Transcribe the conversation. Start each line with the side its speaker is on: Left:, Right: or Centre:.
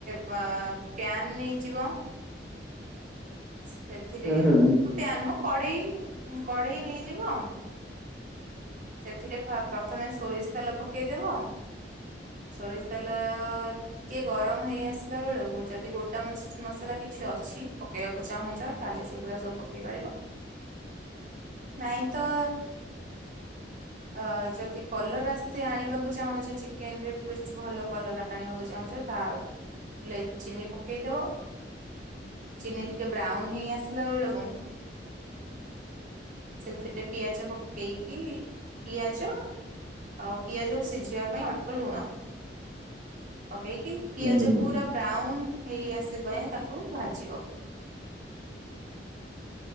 Right: ପ୍ୟାନ ନେଇଯିବ ସେଥିରେ
Centre: ହୁଁ ହୁଁ
Right: ପ୍ୟାନ କଢେଇ କଢେଇ ନେଇଯିବ, ଆଉ ସେଥିରେ ପ୍ରଥମେ ସୋରିଷ ତେଲ ପକେଇଦବ। ସୋରିଷ ତେଲ ଟିକେ ଗରମ ହେଇ ଆସିଲା ବେଳକୁ ଯଦି ଗୋଟା ମସଲା କି କିଛି ଅଛି ପକେଇବାକୁ ଚାହୁଁଛ ତାହେଲେ ସେଗୁଡ଼ା ସବୁ ପକେଇ ପାରିବ। ନାଇଁ ତ ଅ ଯଦି କଲର ଆସିଚି ଆଣିବାକୁ ଚାହୁଁଛେ ଚିକେନ ରେ ବେଶୀ ଭଲ କଲର ଆ ଆଣିବାକୁ ଚାହୁଁଛ ତାହେଲେ ଚିନି ପକେଇଦବ। ଚିନି ଟିକେ ବ୍ରାଉନ ହେଇ ଆସିଲା ବେଳକୁ ସେଥିରେ ପିଆଜ ପକେଇ କି ପିଆଜ ଆଉ ପିଆଜକୁ ସିଝିବା ପାଇଁ ଅଳ୍ପ ଲୁଣ
Centre: <inaudible>
Right: ପକେଇକି ପିଆଜ
Centre: ହୁଁ ହୁଁ।
Right: ପୁରା ବ୍ରାଉନ ହେଇ ଆସିବ ତାକୁ ଭାଜିବ।